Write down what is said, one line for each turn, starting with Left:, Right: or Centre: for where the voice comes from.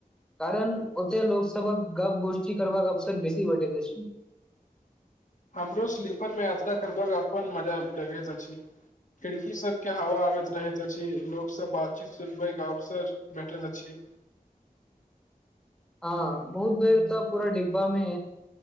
Centre: कारण ओतै लोकसबक गप गोष्ठी करबाक अवसर बेसी बटैत अछि।
Left: हमरो स्लीपरमे यात्रा करबाक अपन मजा लगैत अछि। खिड़की सब के हवा आबैत रहैत अछि, लोक सब बातचीत सुनबइ अवसर भेटल अछि।
Centre: ह, बहुत बेर तऽ पुरा डिब्बामे